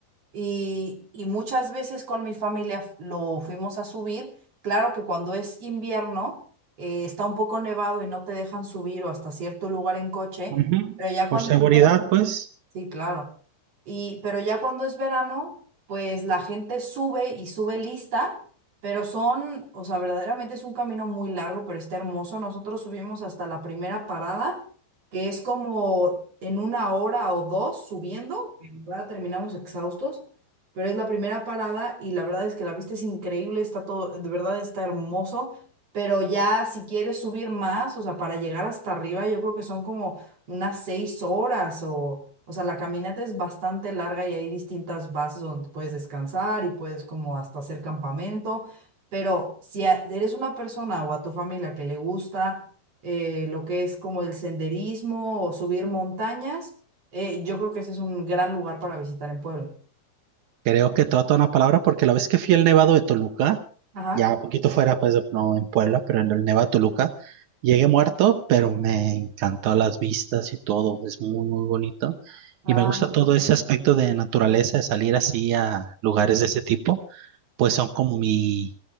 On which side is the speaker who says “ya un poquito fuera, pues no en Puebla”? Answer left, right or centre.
Right